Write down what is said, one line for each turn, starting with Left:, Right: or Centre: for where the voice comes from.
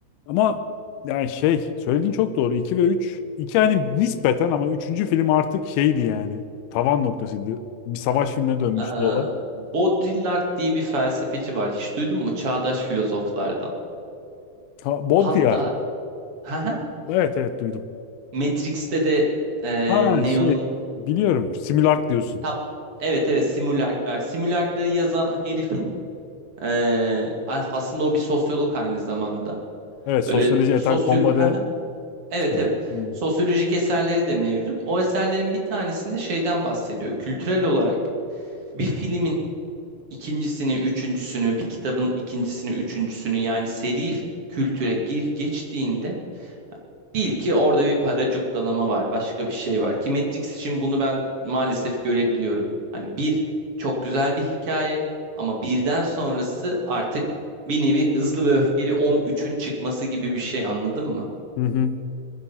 Left: Ama yani şey söylediğin çok doğru. 2 ve 3 2 hani nispeten ama üçüncü film artık şeydi yani. Tavan noktasıydı. Bir savaş filmine dönmüştü
Right: Ee,
Left: olay.
Right: Baudrillard diye bir felsefeci var. Hiç duydun mu? Çağdaş filozoflardan.
Left: Ha, Baudrillard.
Right: Hatta <laughs> ha
Left: Evet evet duydum.
Right: Matrix'te de e,
Left: Ha
Right: Neo'nun
Left: şey biliyorum. Simülark diyorsun.
Right: Kitap. Evet evet simülaklar. Simülakları yazan herifin eee, as- aslında o bir sosyolog aynı zamanda.
Left: Evet sosyoloji
Right: Böyle
Left: eten
Right: sosyo
Left: kombade
Right: <laughs> Haha, evet
Left: şey.
Right: evet
Left: Hmm.
Right: sosyolojik eserleri de mevcut. O eserlerin bir tanesinde şeyden bahsediyor. Kültürel olarak bir filmin ikincisini, üçüncüsünü, bir kitabın ikincisini, üçüncüsünü yani seri kültüre gir geçtiğinde Bil ki orada bir para cukkalama var, başka bir şey var. Ki Matrix için bunu ben maalesef görebiliyorum. Hani bir çok güzel bir hikaye ama birden sonrası artık bir nevi hızlı ve öfkeli 13'ün çıkması gibi bir şey anladın mı?
Left: Hı hı.